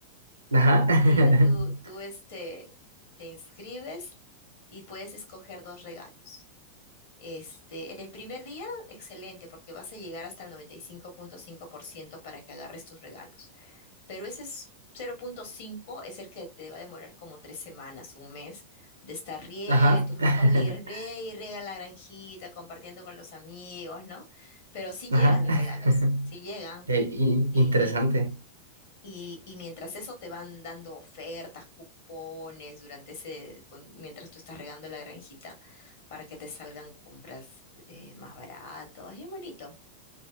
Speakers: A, on the right; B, on the left.
A: Ajá,
B: <laughs>
A: <laughs>
B: y ya tú, tú este, te inscribes y puedes escoger dos regalos. Este, en el primer día, excelente, porque vas a llegar hasta el noventa y cinco cinco punto cinco por ciento para que agarres tus regalos. pero ese es 0.5 es el que te va a demorar como tres semanas, un mes, de estar riega
A: ajá,
B: en tus ratos
A: <laughs>
B: libres, riega y riega la granjita, compartiendo con los amigos, ¿no? Pero sí llegan
A: ajá.
B: los
A: <laughs>
B: regalos, sí llegan.
A: Eh, in-
B: Y,
A: interesante.
B: y, y, y- y mientras eso te van dando ofertas, cupones, durante ese, cuan- mientras tú estás regando la granjita, para que te salgan compras eh, más baratas. Bien bonito.